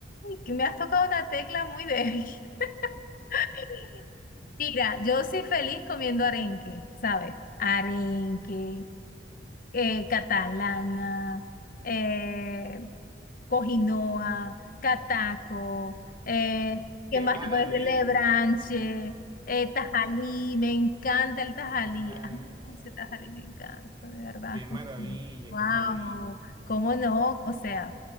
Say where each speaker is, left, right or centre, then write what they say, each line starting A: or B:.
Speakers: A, on the left; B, on the right.
A: que me has tocado una tecla muy débil. <laughs> Mira, yo soy feliz comiendo arenque, ¿sabes? Arenque, eh, catalana, eh, Cojinoa, Cataco, eh, ¿qué
B: ¡Qué
A: más
B: maravilla!
A: te puedes decir? Lebranche, eh, Tajalí, me encanta el Tajalí.
B: Ay,
A: Ah, ese Tajalí me encanta, de verdad.
B: ¡Qué maravilla,
A: que sí. Wow,
B: qué maravilla!
A: ¿cómo no? O sea,